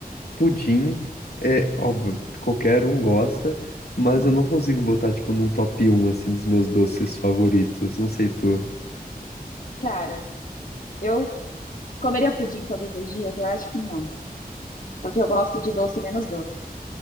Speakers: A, on the left; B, on the left.
A: pudim é óbvio, qualquer um gosta, mas
B: Uhum.
A: eu não consigo botar, tipo, num top um assim, dos meus doces favoritos. Não sei tu,
B: Cara, eu comeria pudim todos os dias? Eu acho que não. Porque eu gosto de doce menos doce.